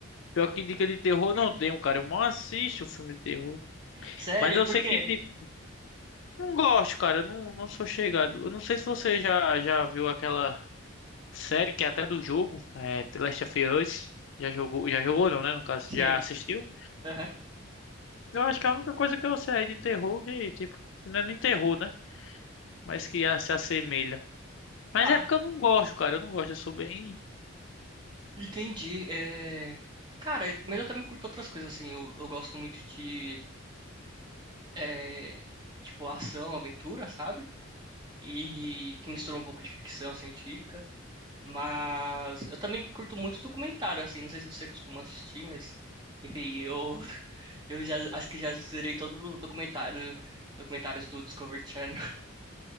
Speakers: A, on the left (about 60°); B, on the right (about 20°).
A: pior que dica de terror não tenho, cara. Eu mal assisto filme de terror.
B: Sério,
A: Mas eu
B: por
A: sei
B: quê?
A: que, tipo, não gosto, cara. eu Não, não sou chegado. Eu não sei se você já, já viu aquela série que é até do jogo, é The Last of Us. Já jogou, já jogou não, né? No caso,
B: Sim.
A: já assistiu?
B: Aham.
A: Eu acho que é a única coisa que eu sei de terror que, tipo, que não é nem terror, né? Mas que ah, se assemelha. Mas
B: Ah,
A: é porque eu não gosto, cara. Eu não gosto. Eu sou bem.
B: Entendi. É... Cara, mas eu também curto outras coisas, assim. Eu, eu gosto muito de, é, tipo, ação, aventura, sabe? E que mistura um pouco de ficção científica. Mas eu também curto muito documentário, assim. Não sei se você costuma assistir, mas... Enfim, eu, <laughs> eu já, acho que já zerei todos os documentários, documentários do Discovery Channel.